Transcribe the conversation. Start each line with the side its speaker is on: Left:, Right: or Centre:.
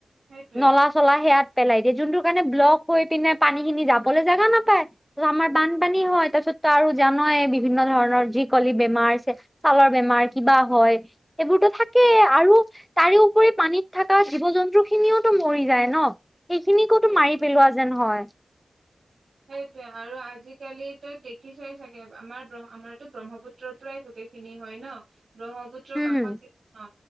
Right: সেইটোৱে
Centre: নলা চলা সেয়াত পেলাই দিয়ে যোনটো কাৰণে ব্লক হৈ পিনে পানী খিনি যাবলৈ জোগা নাপায়। ত আমাৰ বানপানী হয় তাৰ পিছতো আৰু জানয়েই বিভিন্ন ধৰণৰ যি কলি বেমাৰ আছে। ছালৰ বেমাৰ কিবা হয়। এইবোৰতো থাকেই আৰু তাৰে উপৰি পানীত থকা জীৱ জন্তু খিনিওতো মৰি যায়। ন সেইখিনিকোতো
Right: সেইটোৱে
Centre: মাৰি পেলোৱা যেন হয়।
Right: সেইটৱে আৰু আজিকালি ত দেখিছই চাগে আমাৰ আমাৰতো ব্ৰহ্মপুত্ৰ পুত্ৰৰ পৰাই গোটেইখিনি হয় ন। ব্ৰহ্মপুত্ৰৰ
Centre: হম
Right: কাষত
Centre: হম
Right: যি অ